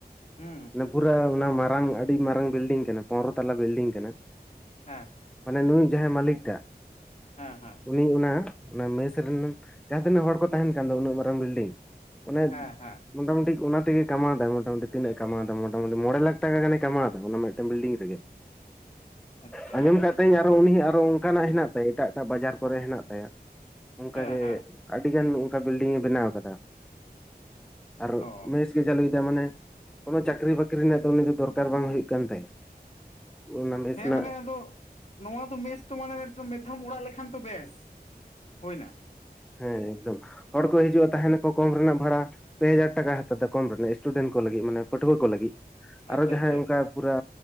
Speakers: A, on the left (about 45°); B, in the centre.
A: ᱦᱩᱸ
B: ᱯᱩᱨᱟᱹ ᱚᱱᱟ ᱢᱟᱨᱟᱝ ᱟᱹᱰᱤ ᱢᱟᱨᱟᱝ ᱵᱤᱞᱰᱤᱝ ᱠᱟᱱᱟ ᱯᱚᱱᱨᱚ ᱛᱟᱞᱟ ᱵᱤᱞᱰᱤᱝ ᱠᱟᱱᱟ
A: ᱦᱮᱸ
B: ᱢᱟᱱᱮ ᱱᱩᱭ ᱡᱟᱦᱟᱸᱭ ᱢᱟᱹᱟᱞᱤᱠ ᱴᱟᱜ
A: ᱦᱮᱸ ᱦᱮᱸ
B: ᱩᱱᱤ ᱚᱱᱟ ᱚᱱᱟ ᱢᱮᱥ ᱨᱮᱱ ᱡᱟᱦᱟᱸ ᱛᱤᱱᱟᱹᱜ ᱦᱚᱲ ᱠᱚ ᱛᱟᱦᱮᱱ ᱠᱟᱱ ᱫᱚ ᱩᱱᱟᱹᱜ ᱢᱟᱨᱟᱝ ᱵᱤᱞᱰᱤᱝ ᱚᱱᱮ
A: ᱦᱮᱸ ᱦᱮᱸ
B: ᱢᱚᱴᱟᱢᱩᱴᱤ ᱚᱱᱟ ᱛᱮᱜᱮ ᱠᱟᱢᱟᱣ ᱫᱟᱭ ᱢᱚᱴᱟᱢᱩᱴᱤ ᱛᱤᱱᱟᱹᱜ ᱠᱟᱢᱟᱣᱫᱟ ᱢᱚᱴᱟᱢᱩᱴᱤ ᱢᱚᱬᱮ ᱞᱟᱠᱷ ᱴᱟᱠᱟ ᱜᱟᱱᱮ ᱠᱟᱢᱟᱣᱫᱟ ᱚᱱᱟ ᱢᱤᱫᱴᱮᱱ ᱵᱤᱞᱰᱤᱝ ᱨᱮᱜᱮ
A: ᱟᱪᱪᱷᱟ
B: <unintelligible> ᱟᱸᱭ ᱟᱨᱚ ᱩᱱᱤ ᱟᱨᱚ ᱚᱱᱠᱟᱱᱟᱜ ᱦᱮᱱᱟᱜ ᱛᱟᱭᱟ ᱮᱴᱟᱜ ᱮᱴᱟᱜ ᱵᱟᱡᱟᱨ ᱠᱚᱨᱮ ᱦᱮᱱᱟᱜ ᱛᱟᱭᱟ ᱚᱱᱠᱟᱜᱮ
A: ᱦᱮᱸ ᱦᱮᱸ
B: ᱟᱹᱰᱤ ᱜᱟᱱ ᱚᱱᱠᱟ ᱵᱤᱞᱰᱤᱝ ᱮ ᱵᱮᱱᱟᱣ ᱟᱠᱟᱫᱟ ᱟᱨ
A: ᱚ
B: ᱢᱮᱥ ᱪᱟᱹᱞᱩᱭᱮᱫᱟ ᱢᱟᱱᱮ ᱠᱚᱱᱳ ᱪᱟᱹᱠᱨᱤ ᱵᱟᱹᱠᱨᱤ ᱨᱮᱱᱟᱜ ᱫᱚ ᱩᱱᱤ ᱫᱚ ᱫᱚᱨᱠᱟᱨ ᱵᱟᱝ ᱦᱩᱭᱩᱜ ᱠᱟᱱ ᱛᱟᱭᱟ ᱚᱱᱟ ᱢᱮᱥ
A: ᱦᱮᱸ
B: ᱨᱮᱱᱟᱜ
A: ᱢᱟᱱᱮ ᱟᱫᱚ ᱱᱚᱣᱟ ᱫᱚ ᱢᱮᱥ ᱛᱚ ᱢᱟᱱᱮ ᱢᱤᱫᱷᱟᱮᱢ ᱚᱲᱟᱜ ᱞᱮᱠᱷᱟᱱ ᱛᱚ ᱵᱮᱥ ᱦᱩᱭᱱᱟ
B: ᱦᱮᱸ ᱮᱠᱫᱚᱢ ᱦᱚᱲ ᱠᱚ ᱦᱤᱡᱩᱜᱼᱟ ᱛᱟᱦᱮᱱᱟᱠᱚ ᱠᱚᱢ ᱨᱮᱱᱟᱜ ᱵᱷᱟᱲᱟ ᱯᱮ ᱦᱟᱡᱟᱨ ᱴᱟᱠᱟ ᱦᱟᱛᱟᱣᱫᱟ ᱠᱚᱢ ᱨᱮᱱᱟᱜ ᱥᱴᱩᱰᱮᱱᱴ ᱠᱚ ᱞᱟᱹᱜᱤᱫ ᱢᱟᱱᱮ ᱯᱟᱹᱴᱷᱩᱣᱟᱹ ᱠᱚ ᱞᱟᱹᱜᱤᱫ ᱟᱨᱚ
A: ᱟᱪᱪᱷᱟ
B: ᱡᱟᱦᱟᱸᱭ
A: ᱟᱪᱪᱷᱟ
B: ᱚᱱᱠᱟ ᱯᱩᱨᱟ